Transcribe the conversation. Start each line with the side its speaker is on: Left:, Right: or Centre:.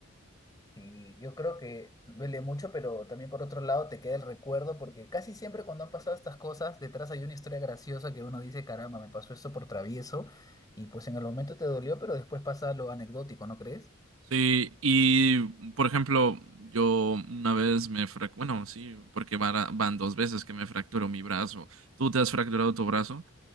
Left: y yo creo que duele mucho, pero también por otro lado te queda el recuerdo porque casi siempre cuando han pasado estas cosas, detrás hay una historia graciosa que uno dice, caramba, me pasó esto por travieso y pues en el momento te dolió, pero después pasa lo anecdótico, ¿no crees?
Right: Sí, y por ejemplo, yo una vez me frac, bueno, sí, porque vara- van dos veces que me fracturo mi brazo. ¿Tú te has fracturado tu brazo?